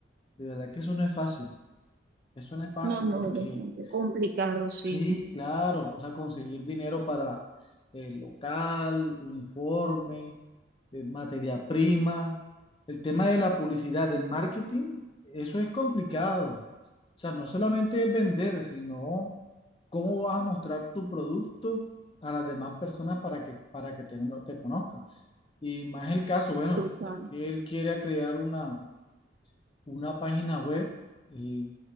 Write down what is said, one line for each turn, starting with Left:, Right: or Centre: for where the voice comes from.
Left: de verdad que eso no es fácil, eso no es fácil
Right: No, no,
Left: porque
Right: es bastante complicado, sí,
Left: Sí, claro, o sea, conseguir dinero para el local, uniforme, eh, materia prima. El tema de la publicidad, del marketing, eso es complicado. O sea, no solamente es vender, sino cómo vas a mostrar tu producto a las demás personas para que, para que te, te conozcan. Y más el caso, bueno,
Right: total.
Left: ya que él quiere crear una, una página web eh,